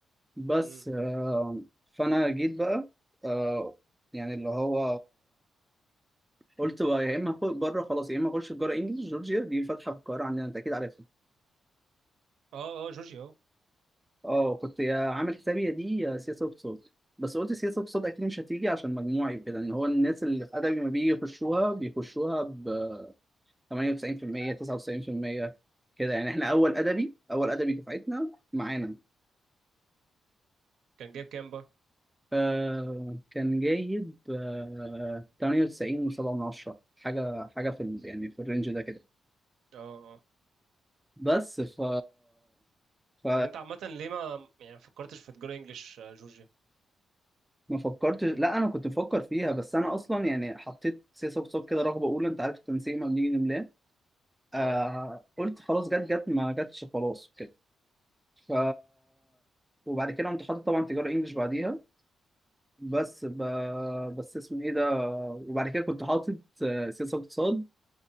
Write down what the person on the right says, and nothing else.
امم
اه اه جورجي اه
كان جايب كام بقى
اه اه آه.
طب انت عامه ليه ما يعني فكرتش في تجاره انجليش آه، جورجيا
اه